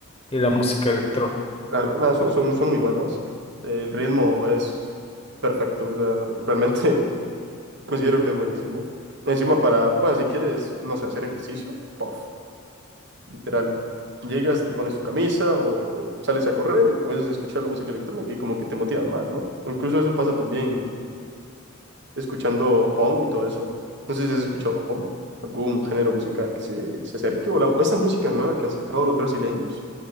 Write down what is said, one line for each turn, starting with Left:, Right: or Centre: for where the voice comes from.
Left: y la música electro.
Right: Claro, nada, son, son, son muy buenas. El ritmo es perfecto, o sea, realmente <laughs> considero que es buenísimo. Encima para, bueno, si quieres, no sé, hacer ejercicio, puff, literal. Llegas, te pones tu camisa o sales a correr y comienzas a escuchar la música electrónica y como que te motivas más, ¿no? Incluso eso pasa también escuchando Pong y todo eso. No sé si has escuchado Pong, algún género musical que se, se acerque o la, esta música nueva que han sacado los brasileños,